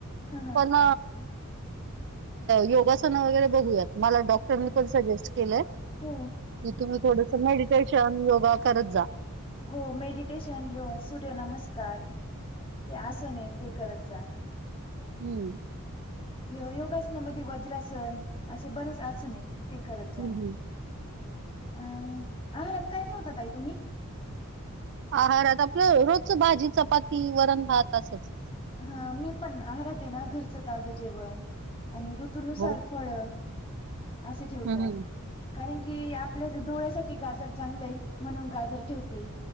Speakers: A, on the left; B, on the right.
A: हां हां
B: पण
A: ओके
B: योगासना वगैरे बघूयात मला डॉ तरी
A: हो.
B: पण सजेस्ट केलंय की
A: हो
B: तुम्ही थोडस मेडिटेशन योगा करत जा..
A: हो मेडिटेशन येन सूर्यनमस्कार ते आन ते करत जा..
B: हम्.
A: योगासनामध्ये वज्रासन असे बरेच असून आहे ते करत जा..
B: हम्म हम्म.
A: अ आहारात काय ठेवतात आई तुम्ही.
B: आहारात आपलं रोज भाजी चपाती वरण भात असंच
A: ह मी पण आहरते आहे ना घरचं ताजं जेवण आणि ऋतूनुसार..
B: हो
A: फळ असे ठेवतय.
B: हम्म हम्म
A: कारण की आपल्या डोळ्यासाठी गाजर चांगलंय म्हणून गाजर ठेवते.